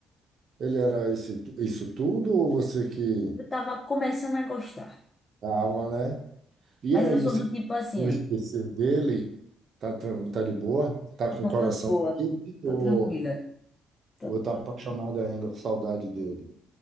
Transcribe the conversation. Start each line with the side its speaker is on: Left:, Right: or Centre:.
Right: Ele era esse, isso tudo ou você que
Left: eu tava começando a gostar,
Right: tava né? E
Left: mas
Right: aí
Left: eu sou
Right: você
Left: do tipo assim,
Right: conseguiu
Left: aí,
Right: esquecer dele? Tá, tran- tá de boa? Tá com
Left: não
Right: o coração
Left: tô de boa,
Right: livre ou
Left: tô tranquila, tô,
Right: vou
Left: tranquila,
Right: estar apaixonado ainda com saudade dele?